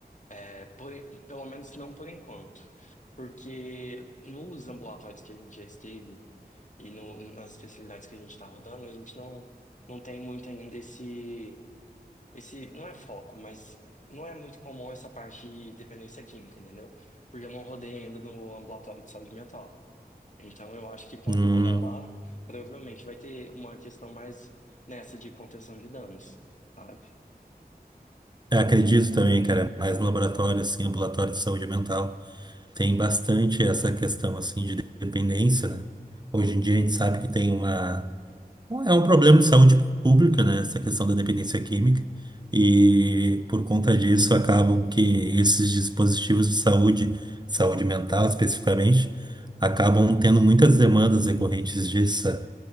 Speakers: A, on the left; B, on the right.
A: é, por pelo menos não por enquanto. Porque nos ambulatórios que a gente já esteve e no- nas especialidades que a gente está rodando, a gente não, não tem muito ainda esse, esse. Não é foco, mas não é muito comum essa parte de dependência química, entendeu? Porque eu não rodei ainda no ambulatório de saúde mental. Então eu acho que quando
B: Hum,
A: rodar lá, provavelmente vai ter uma questão mais nessa de contenção de danos, sabe?
B: eu acredito também, cara, mais no laboratório, assim, ambulatório de saúde mental, tem bastante essa questão, assim, de dependência, né? Hoje em dia a gente sabe que tem uma É um problema de saúde pública, né? Essa questão da dependência química. E por conta disso, acabam que esses dispositivos de saúde, saúde mental especificamente, acabam tendo muitas demandas decorrentes disso. sabe?